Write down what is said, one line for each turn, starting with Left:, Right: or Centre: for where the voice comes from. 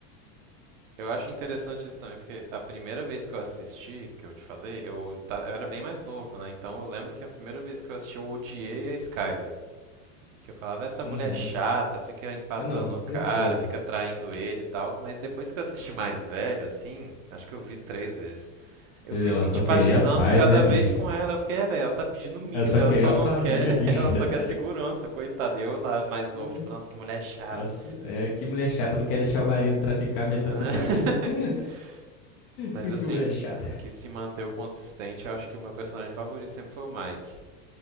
Right: Eu acho interessante isso também, porque a primeira vez que eu assisti, que eu te falei, eu, ta- eu era bem mais novo, né? Então eu lembro que a primeira vez que eu assisti, eu odiei a Skyler. Que eu falava, essa
Left: Uhum.
Right: mulher é chata, fica empatando
Left: Ah, não, com
Right: o
Left: certeza.
Right: cara, fica traindo ele e tal. Mas depois que eu assisti mais velho, assim, acho que eu vi três vezes. Eu
Left: Ela
Right: fui simpatizando
Left: só queria paz,
Right: cada
Left: né, bicho?
Right: vez com ela. Eu fiquei, é, velho, ela tá pedindo o mínimo,
Left: Ela só
Right: ela
Left: queria
Right: só
Left: uma
Right: não
Left: família,
Right: quer,
Left: bicho.
Right: <laughs> ela só quer
Left: <laughs>
Right: segurança, coitada. Eu lá, mais novo,
Left: Uhum.
Right: tipo, nossa, que mulher chata.
Left: Nossa, é que mulher chata não quer deixar o marido traficar metanfetamina.
Right: <laughs>
Left: <laughs>
Right: Mas
Left: Que,
Right: assim,
Left: que mulher
Right: que,
Left: chata.
Right: que se manteve consistente, eu acho que o meu personagem favorito sempre foi o Mike.